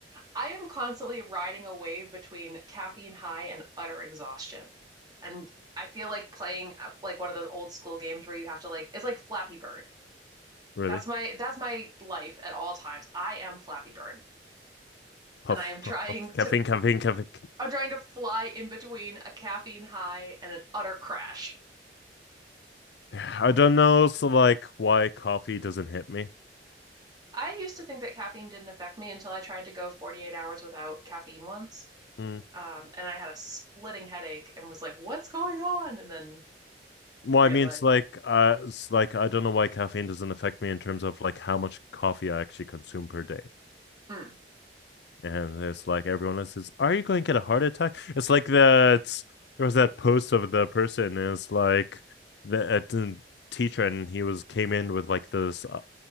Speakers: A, on the right; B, on the left.
A: I am constantly riding a wave between caffeine high and utter exhaustion. And I feel like playing uh, like one of those old school games where you have to like it's like Flappy Bird
B: really.
A: That's my that's my life at all times. I am Flappy Bird,
B: Puff,
A: and I am trying
B: puff, puff. Caffeine,
A: to
B: caffeine, caffeine.
A: I'm trying to fly in between a caffeine high and an utter crash.
B: I don't know. So, like, why coffee doesn't hit me?
A: I used to think that caffeine didn't affect me until I tried to go 48 hours without caffeine once.
B: Hmm.
A: Um, and I had a splitting headache and was like, "What's going on?" And then
B: Well,
A: realized,
B: I mean, it's like, uh, it's like I don't know why caffeine doesn't affect me in terms of like how much coffee I actually consume per day.
A: mm.
B: and it's like everyone else says, "Are you going to get a heart attack?" It's like that. There was that post of the person. And it's like the a t- teacher, and he was came in with like this, uh,